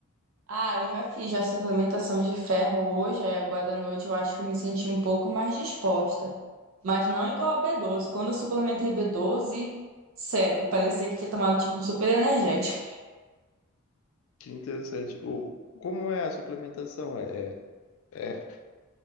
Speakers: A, on the right (about 75°); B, on the left (about 70°).
A: Ah, eu já fiz já suplementação de ferro hoje, aí agora à noite eu acho que eu me senti um pouco mais disposta. Mas não igual a b doze. Quando eu suplementei b doze, sério, parecia que tinha tomado tipo um super energético.
B: Que interessante. O... Como é a suplementação? É, é,